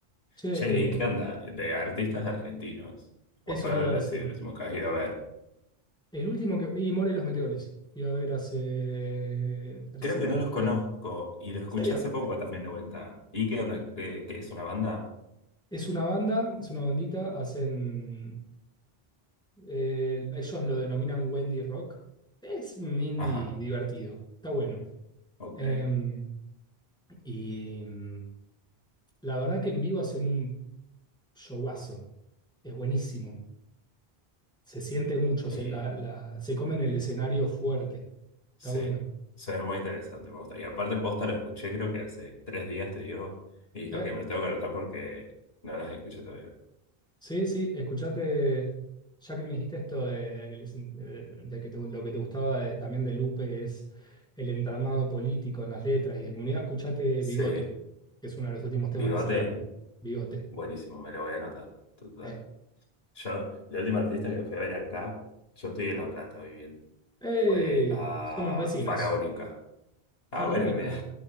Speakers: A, in the centre; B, on the left.
A: Che,
B: Che, ¿y
A: eh,
B: qué onda? De artistas argentinos. ¿Cuál
A: eso te iba a decir.
B: ha sido el último que has ido a ver?
A: El último que... Y More y los Meteores. Fui a ver hace tres
B: Creo
A: semanas,
B: que no los
A: creo.
B: conozco
A: ¿En
B: y lo escuché
A: serio?
B: hace poco también de vuelta. ¿Y qué onda? ¿Qué, qué es una banda?
A: Es una banda, es una bandita, hacen, eh, ellos lo denominan Wendy Rock. Es un indie
B: Ajá,
A: divertido, está bueno.
B: ok.
A: Em, y mm, la verdad que en vivo hacen un showazo, es buenísimo. Se siente mucho, se,
B: Eh,
A: la, la- se comen el escenario fuerte, está
B: Sí,
A: bueno.
B: suena muy interesante, me gusta. Y aparte, posta lo escuché, creo que hace tres días te digo, y dijo
A: ¿Eh?
B: que me lo tengo que anotar porque no las escuché todavía.
A: Sí, sí, escuchate, ya que me dijiste esto de, que les in- eh, de que te- lo que te gustaba de- también de Lupe es el entramado político en las letras y de comunidad, escuchate
B: Sí,
A: Bigote, que es uno de los últimos temas
B: Bigote,
A: que sacaron. Bigote.
B: buenísimo, me lo voy a anotar. Total.
A: Eh.
B: Yo, la última artista que fui a ver acá, yo estoy en La Plata viviendo,
A: ¡Ey!
B: fue a
A: Somos vecinos.
B: Faraónica.
A: Faraónica.
B: Ah, bueno, mira,